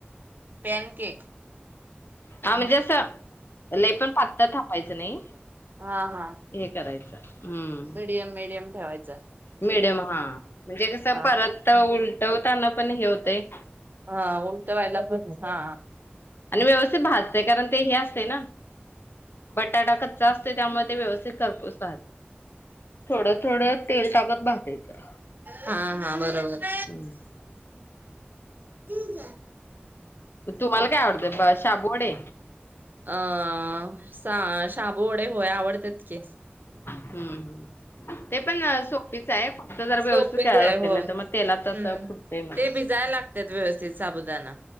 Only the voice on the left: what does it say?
हा म्हणजे असं लय पण पातळ थापायचं न‌ई.
हे करायचं. हम्म
मिडियम हा. म्हणजे कसं
परत उलट टवताना पण हे होतेयं.
आणि व्यवस्थित भाजतयं कारण ते हे असतयं ना. बटाटा कच्चा असतोय त्यामुळे ते व्यवस्थित खरपूस भाजतयं थोडं थोडं. तेल टाकत. भाजायचं
हम्म
तुम्हाला काय आवडतं शाबूवडे.
हम्म हम्म ते पण सोपीच आहे फक्त जर व्यवस्थित
करायला
नाहीतर मग तेलात
असं फुटतय मग सगळं.